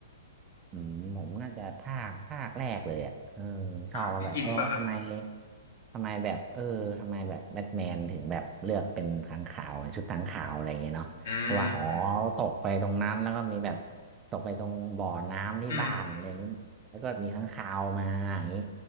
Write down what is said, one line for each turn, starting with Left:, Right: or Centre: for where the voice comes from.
Right: อืมผมน่าจะภาคภาคแรกเลยอ่ะเออชอบว่าแบบเออทำไม
Left: อ่านไดกินป่ะครับ
Right: ทำไมแบบเออทำไมแบบแบทแมนถึงแบบเลือกเป็นค้างคาวชุดค้างคาวอะไรอย่างเงี้ยเนาะเพราะว่าอ๋อ
Left: อืม
Right: ตกไปตรงนั้นแล้วก็มีแบบตกไปตรงบ่อน้ำที่บ้านอะไรอย่างงี้แล้วก็มีค้างคาวมาอย่างงี้
Left: อืม